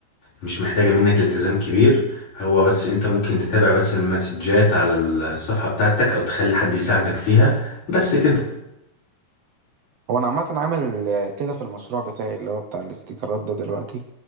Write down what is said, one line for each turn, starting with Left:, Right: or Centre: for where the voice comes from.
Left: مش محتاجة منك التزام كبير هو بس انت ممكن تتابع بس المسجات على الصفحة بتاعتك او تخلي حد يساعدك فيها بس كده
Right: هو انا عامه عامل آه، كده في المشروع بتاعي اللي هو بتاع الاستيكرات ده دلوقتي